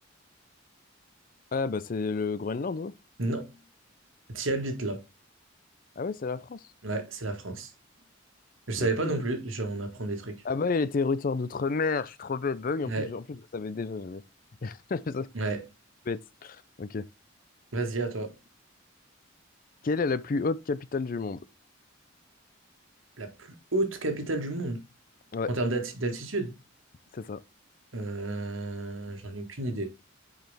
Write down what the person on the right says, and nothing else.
Non, tu habites là.
Ouais, c'est la France. Je savais
pas non
plus, je- on apprend des trucs.
Ouais,
ouais.
Vas-y, à toi.
La plus haute capitale du monde
en termes d'alti- d'altitude?
Euh, j'en ai aucune idée.